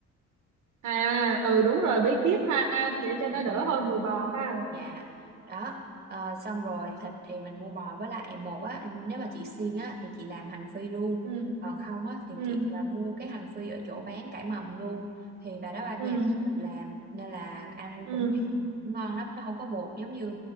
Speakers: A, on the right (about 75°); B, on the right (about 30°).
A: à ừ đúng rồi bí kíp ha để cho
B: Ừ.
A: nó đỡ hơi mùi bò ha
B: dạ đó Ờ, xong rồi thịt thì mình mua bò với lại một á nếu mà chị xiên á thì chị làm hành phi luôn
A: ừ
B: còn không á thì
A: ừ
B: chị à, mua cái hành phi ở chỗ bán cải mầm luôn thì bà đó ba nhà
A: ừ
B: nó tự làm nên là ăn
A: ừ
B: cũng ngon ngon lắm nó không có bột giống như